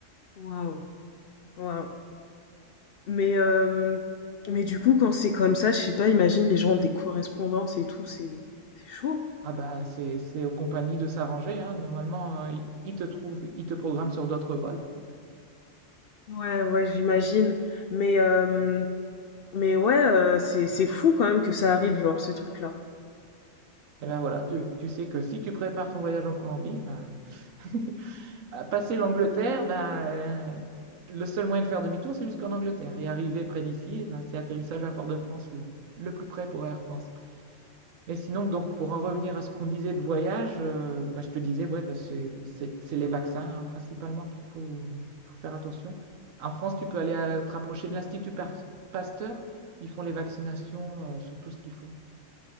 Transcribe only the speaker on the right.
Ah ben, c'est, c'est aux compagnies de s'arranger, hein. Normalement, euh, ils ils te trouvent, ils te programment sur d'autres vols.
Et ben voilà, tu, tu sais que si tu prépares ton voyage en Colombie, ben, <laughs> À passer l'Angleterre, ben, le seul moyen de faire demi-tour, c'est jusqu'en Angleterre. Et arriver près d'ici, ben, c'est atterrissage à Fort-de-France, le, le plus près pour Air France. Et sinon, donc, pour en revenir à ce qu'on disait de voyage, euh, ouais, je te disais, ouais, ben, c'est c'est- c'est les vaccins, hein, principalement, qu'il faut, il faut faire attention. En France, tu peux aller euh, te rapprocher de l'Institut Par- Pasteur. Ils font les vaccinations, euh, sur tout ce qu'il faut.